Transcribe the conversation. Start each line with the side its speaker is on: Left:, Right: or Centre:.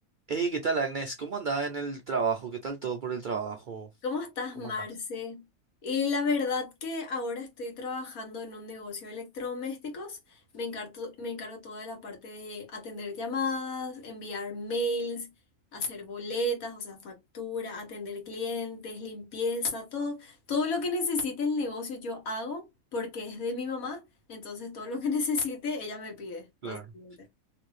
Right: Hey, ¿qué tal, Agnes? ¿Cómo andás en el trabajo? ¿Qué tal todo por el trabajo?
Left: ¿Cómo estás,
Right: ¿Cómo
Left: Marce?
Right: andás?
Left: Y la verdad que ahora estoy trabajando en un negocio de electrodomésticos. Me encargo, me encargo toda la parte de atender llamadas, enviar mails, hacer boletas, o sea, factura, atender clientes, limpieza, todo, todo lo que necesite el negocio yo hago porque es de mi mamá, entonces todo lo que <laughs> necesite ella me pide,
Right: Claro.
Left: básicamente.